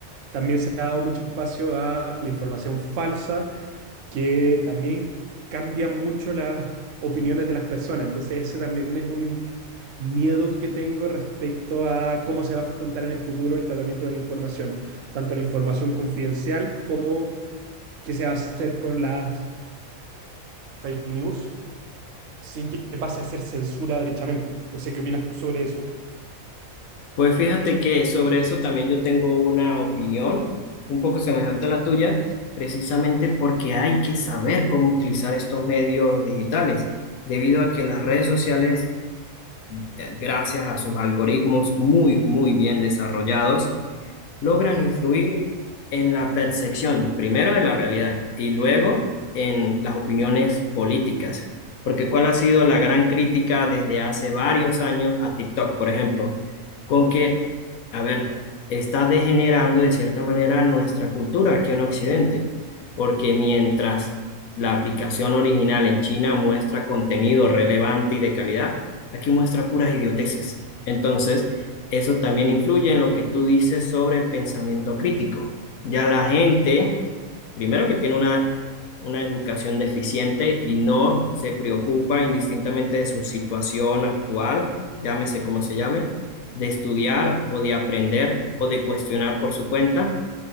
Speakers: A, on the right; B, on the left.
A: también se ha dado mucho espacio a la información falsa que también cambian mucho las opiniones de las personas. Entonces ese también es un miedo que tengo respecto a cómo se va a afrontar en el futuro el tratamiento de la información, tanto la información confidencial como qué se va a hacer con las fake news sin que pase a ser censura derechamente. No sé qué opinas tú sobre eso.
B: Pues fíjate que sobre eso también yo tengo una opinión un poco semejante a la tuya, precisamente porque hay que saber cómo utilizar estos medios digitales, debido a que las redes sociales, eh, gracias a sus algoritmos muy, muy bien desarrollados, logran influir en la percepción, primero de la realidad y luego en las opiniones políticas. Porque ¿cuál ha sido la gran crítica desde hace varios años a TikTok, por ejemplo? Con que, a ver, está degenerando de cierta manera nuestra cultura aquí en Occidente, porque mientras la aplicación original en China muestra contenido relevante y de calidad, aquí muestra puras idioteces. Entonces, eso también influye en lo que tú dices sobre el pensamiento crítico. Ya la gente, primero que tiene una, una educación deficiente y no se preocupa indistintamente de su situación actual, llámese como se llame, de estudiar o de aprender o de cuestionar por su cuenta,